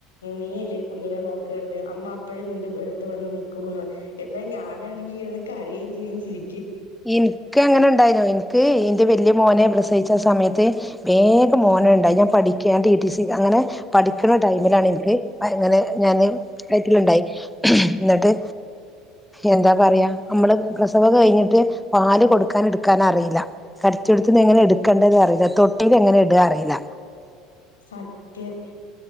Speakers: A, on the left; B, in the centre.
A: നീയല്ലേ ഈ കുഞ്ഞിനെ നോക്കണ്ടേ അമ്മ അപ്പഴും നിന്റെ അടുത്ത് വന്ന് നിക്കുവോന്ന് എന്നാൽ ഞാനാണെ ണെങ്കിൽ ഇരുന്ന് കരയുവേയും ചെയ്യും ചിരി
B: എനിക്ക് അങ്ങനെ ഉണ്ടായിരുന്നു എനിക്ക് എന്റെ വല്ലി മോനെ പ്രസവിച്ച സമയത്ത് വേഗം മോന് ഉണ്ടായി ഞാൻ പഠിക്കുവാ ഞാൻ ടി ടി സി അങ്ങനെ പഠിക്കണ ടൈമിലാണ് എനിക്ക് അങ്ങനെ ഞാന് വയറ്റിലുണ്ടായി എന്നിട്ട് എന്താ പറയാ നമ്മള് പ്രസവം കഴിഞ്ഞിട്ട് പാല് കൊടുക്കാൻ എടുക്കാൻ അറിയില്ല കിടത്തിയെടുത്ത് നിന്ന് എങ്ങനെ എടുക്കേണ്ടതെന്ന് അറിയില്ല തൊട്ടീല് എങ്ങനെ ഇടുവാന്ന് അറിയില്ല
A: സത്യം